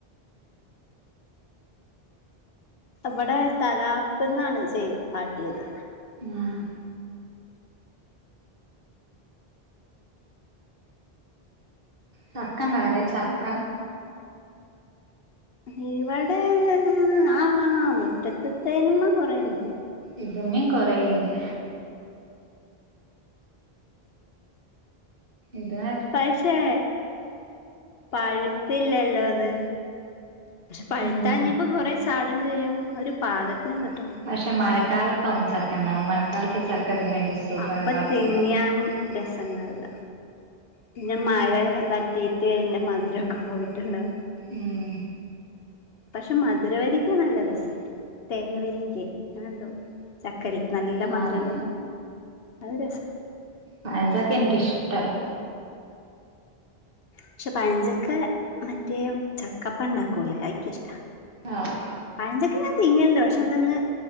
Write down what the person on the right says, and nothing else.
ആഹ് ചക്കണ്ടാടെ ചക്ക
ഇതുമ്മേം കൊറേണ്ട് ഇതാ
ഉം
പക്ഷെ മഴക്കാലത്തകും ചക്ക ഇണ്ടാവ മഴക്കാലത്ത് ചക്ക <unintelligible>
ഇണ്ടാവൂല
ഉം
ആഹ്
പഴഞ്ചക്കെ എനിക്കിഷ്ടല്ല
ആഹ്